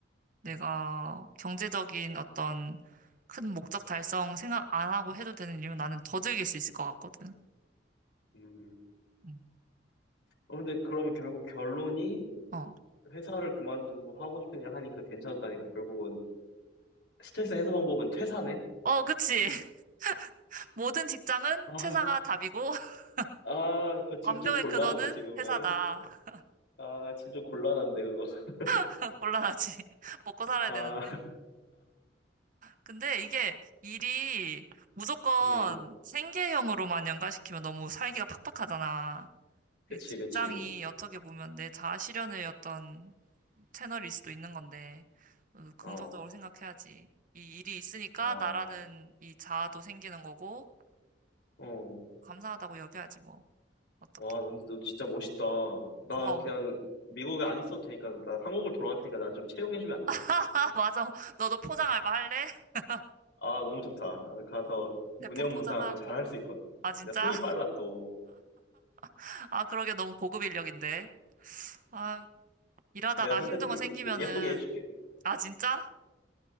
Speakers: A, on the right; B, on the left.
A: 내가 경제적인 어떤 큰 목적 달성 생각 안 하고 해도 되는 일이면 나는 더 즐길 수 있을 것 같거든.
B: 음.
A: 음.
B: 어, 근데 그러면 결국 결론이
A: 어.
B: 회사를 그만두고 하고 싶은 일 하니까 괜찮았다니까 결국은 스트레스 해소 방법은 퇴사네?
A: 어, 그치. <laughs> 모든 직장은
B: 아,
A: 퇴사가 답이고, <laughs>
B: 아, 그거 지금
A: 완벽의
B: 좀 곤란한데,
A: 근원은
B: 지금은.
A: 회사다.
B: 아, 지금 좀 곤란한데, 그거. <laughs>
A: <laughs> 곤란하지. <laughs> 먹고 살아야
B: 아,
A: 되는데. 근데 이게 일이 무조건
B: 음,
A: 생계형으로만 연관시키면 너무 살기가 팍팍하잖아.
B: 그치,
A: 이 직장이
B: 그치.
A: 어떻게 보면 내 자아실현의 어떤 채널일 수도 있는 건데, 어, 긍정적으로
B: 어,
A: 생각해야지. 이 일이 있으니까
B: 어,
A: 나라는 이 자아도 생기는 거고,
B: 어.
A: 감사하다고 여겨야지, 뭐. 어떡해.
B: 와, 근데 너 진짜 멋있다. 나
A: 고마워.
B: 그냥 미국에 안 있어도 되니까, 나 한국으로 돌아갈 테니까 나 좀 채용해주면 안 돼?
A: <laughs> 맞아. 너도 포장 알바 할래? <laughs>
B: 아, 너무 좋다. 가서 무념무상
A: 제품 포장하고.
B: 잘 할 수 있거든.
A: 아, 진짜?
B: 내가 손이 빨라, 또.
A: <laughs> 아, 그러게 너무 고급 인력인데. 아, 일하다가
B: 내가 상세
A: 힘든
B: 페이지도
A: 거 생기면은,
B: 예쁘게 해줄게.
A: 아, 진짜?